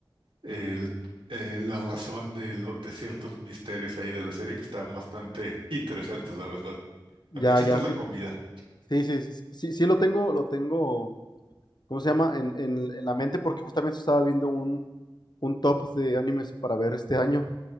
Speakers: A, on the right; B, on the left.
A: el eh, la razón de, lo- de ciertos misterios ahí de la serie que están bastante interesantes, la verdad.
B: ya,
A: Aunque el chiste
B: ya.
A: es
B: fi-
A: la comida.
B: Sí, sí, sí, sí, sí sí lo tengo, lo tengo, ¿cómo se llama? En, en, en la mente porque justamente estaba viendo un, un top de animes para ver este año.